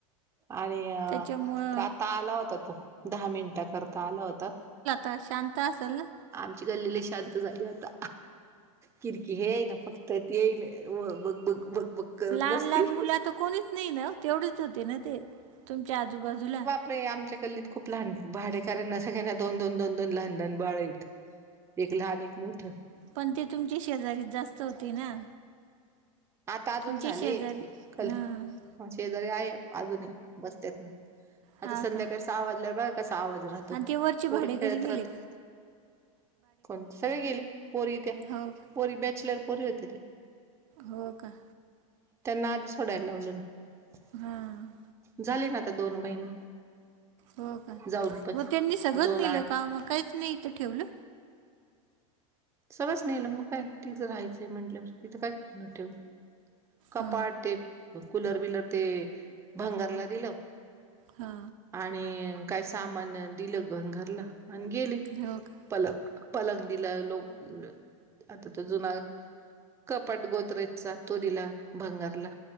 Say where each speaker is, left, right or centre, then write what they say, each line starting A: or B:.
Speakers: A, on the right (about 15°); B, on the right (about 65°).
A: आणि अ
B: त्याच्यामुळं
A: ते आता आला होता तो दहा मिनिटा करता आला होता.
B: त शांता असेल ना.
A: आमचे गल्ली लई शांत झाली आता किर किर हे ते ना फक्त ते नाही बघ बघ बघ बघ. करत
B: लहान
A: बसती
B: लहान मुल आता कोणीच नाही ना तेवढेच होते ना ते तुमच्या आजूबाजूला.
A: आप आमच्या गल्लीत खूप लहान भाडेकरांना सगळ्यांना दोन दोन दोन दोन लहान लहान बाळ येत. एक लहान एक मोठ.
B: पण ते तुमची शेजारी जास्त होती ना.
A: आता अजून
B: तुमचे
A: झाले
B: शेजारी
A: कल
B: हां
A: मग शेजारी आहे अजूनही बसत्यात ना. आता
B: हा
A: संध्याकाळी
B: का
A: सहा भाजल्यावर बाघ कसा आवाज राहतो
B: आणि ते वरचे
A: पोर
B: भाडेकरी
A: खेळत
B: गेले
A: राहत
B: का
A: कोण सगळे गेले पोरी त्या
B: हो का
A: पोरी बॅचलर पोरी होत्या त्या.
B: हो का.
A: त्यांना आधी सोडायला लावलं ना
B: हां
A: झाले ना आता दोन महिने
B: हो का
A: जाऊन पण
B: मग त्यांनी सगंच
A: दोन
B: नेलं
A: आठ
B: का म काहीच नाही ईथ ठेवलं.
A: सगळच नेलं मग काय तिकथं राहायचंय म्हटल्यावर किथं काय करणार ठेवून. कपाट
B: ह
A: ते कुलर बिलर ते भंगारला दिलं.
B: हा.
A: आणि काय सामान दिलं घरला आणि गेले.
B: हो का.
A: पलक पलंग दिल लोक आता तो जुना कपाट गोदरेजचा तो दीला भंगारला